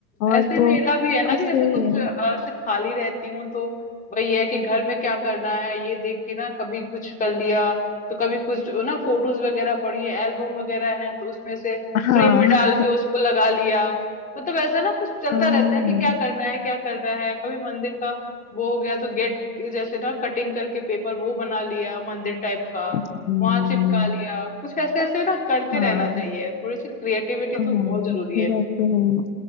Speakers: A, on the left; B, on the left.
A: और
B: ऐसे
A: तो
B: मेरा भी है ना
A: बस
B: कि जैसे
A: ये
B: कुछ
A: है
B: अ, ऐसे खाली रहती हूँ तो वही है कि घर में क्या करना है ये देख के ना कभी कुछ कर लिया तो कभी कुछ ना फोटोज वगैरह पड़ी है एल्बम वगैरह है तो उसमें से
A: हाँ
B: फ्रेम में डाल के उसको लगा लिया मतलब ऐसा ना कुछ चलता
A: हाँ
B: रहता है कि क्या करना है क्या करना है कभी मंदिर का वो हो गया तो गेट जैसे ना कटिंग करके पेपर वो बना लिया मंदिर टाइप का
A: हम्म,
B: वहां चिपका लिया कुछ ऐसे ऐसे ना करते
A: हाँ
B: रहना चाहिए थोड़ी सी क्रिएटिविटी
A: हाँ
B: तो बहुत जरूरी
A: ये
B: है
A: बात तो है।